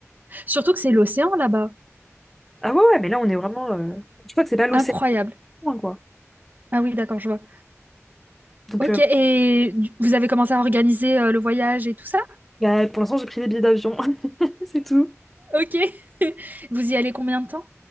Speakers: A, on the right; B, in the centre.
A: Surtout que c'est l'océan là-bas.
B: Ah ouais, ouais, mais là, on est vraiment. euh, Je crois que c'est pas l'océan,
A: Incroyable.
B: loin, quoi.
A: Ah oui, d'accord, je vois.
B: Donc,
A: Ok,
B: euh,
A: et du- vous avez commencé à organiser euh, le voyage et tout ça?
B: bah, pour l'instant, j'ai pris des billets d'avion. <laughs> C'est tout.
A: Ok. <laughs> Vous y allez combien de temps?